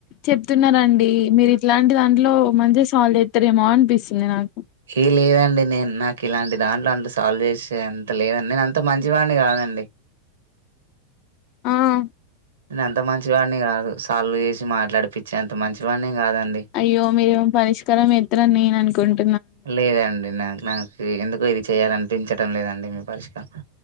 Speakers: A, on the left; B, on the right.
A: చెప్తున్నారండి మీరు ఇట్లాంటి దాంట్లో మంచిగా సాల్వ్ చేస్తారేమో అనిపిస్తుంది నాకు
B: ఏ లేదండి నేను నాకు ఇలాంటి దాంట్లో అంత సాల్వ్ చేసే అంత లేదండి నేను అంత అంత మంచివాన్ని కాదండి
A: ఆహ్
B: నేను అంత మంచివాడిని కాదు సాల్వ్ చేసి మాట్లాడిపిచ్చే అంత మంచివాడిని కాదండి
A: అయ్యో మీరేమో పరిష్కారం చేత్తరని నేను అనుకుంటున్న
B: లేదండి నా నాకు ఎందుకో ఇది చేయాలనిపించటం లేదండి మీ పరిష్కారం